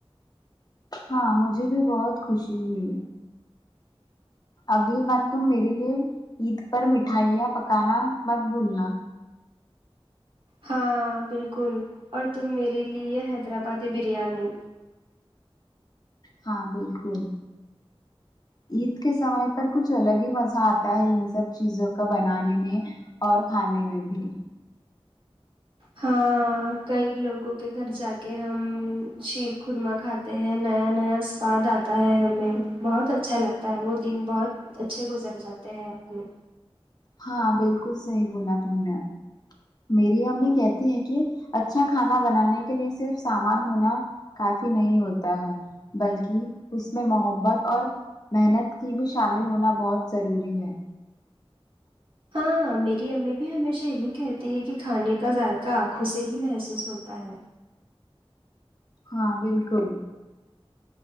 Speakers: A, on the left; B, on the right.
A: ہاں مجھے بھی بہت خوشی ہوئی اگلی بار تم میرے لیے عید پر مٹھائیاں پکانا مت بھولنا
B: ہاں بالکل اور تم میرے لیے حیدرآبادی بریانی
A: ہاں بالکل عید کے سمے پر کچھ الگ ہی مزہ آتا ہے ان سب چیزوں کا بنانے میں اور کھانے میں بھی
B: ہاں ں کئی لوگوں کے گھر جا کے ہم شیر خرما کھاتے تے ہیں نیا نیا سواد آتا ہے ہمیں بہت اچھا لگتا ہے وہ دن بہت اچھے گزر جاتے ہیں اپنے
A: ہاں بالکل صحیح بولا تم نے میری امی کہتی ہے کہ اچھا کھانا بنانے کے لیے صرف سامان ہونا کافی نہیں ہوتا ہے بلکہ اس میں محبت اور محنت کی بھی شامل ہونا بہت ضروری ہے
B: ہاں میری امی بھی ہمیشہ یہی کہتی ہے کہ کھانے کا ذائقہ آنکھوں سے ہی محسوس ہوتا ہے
A: ہاں بالکل